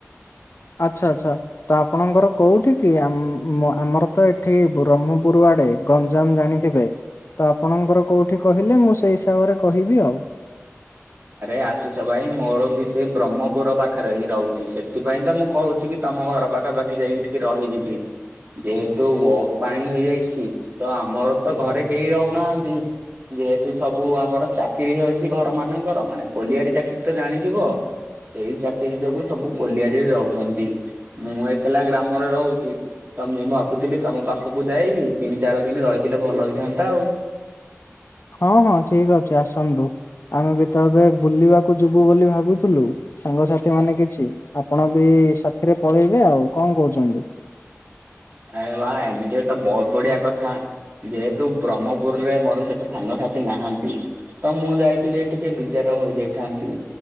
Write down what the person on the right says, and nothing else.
ଆରେ ଆଶିଷ ଭାଇ ମୋର ବି ସେଇ ବ୍ରହ୍ମପୁର ପାଖେରେ ହିଁ ରହୁଚି ସେଥିପାଇଁ ତ ମୁଁ କହୁଛି କି ତମ ଘର ପାଖାପାଖି ଯାଇକି ଟିକେ ରହିଯିବି। ଯେହେତୁ ବହୁତ ପାଣି ହୋଇଯାଇଛି ତ ଆମର ତ ଘରେ କେଇ ରହୁନାହାନ୍ତି। ଯେହେତୁ ସବୁ ଆମର ଚାକିରି ହେଇଯାଉଛି ଘର ମାନଙ୍କର ମାନେ କୋଲିଆରି ଚାକିରି ତ ଜାଣିଥିବ। ଏଇ ଚାକିରି ଯୋଗୁ ସବୁ କୋଲିଆରୀରେ ରହୁଛନ୍ତି ମୁଁ ଏକେଲା ଗ୍ରାମରେ ରହୁଚି। ତ ମୁଁ ଭାବୁଥିଲି ତମ ପାଖୁକୁ ଯାଇକି ତିନି ଚାର ଦିନି ରହିଥିଲେ ଭଲ ହୋଇଥାନ୍ତା ଆଉ।
ଆରେ ବା ଏମିତିରେ ତ ବହୁତ ବଢିଆ କଥା। ଯେହେତୁ ବ୍ରହ୍ମପୁରରେ ମୋର ସେତେ ସାଙ୍ଗସାଥି ନାହାନ୍ତି ତ ମୁଁ ଯାଇଥିଲେ ଟିକେ ବିଜାର ହୋଇଯାଇଥାନ୍ତି।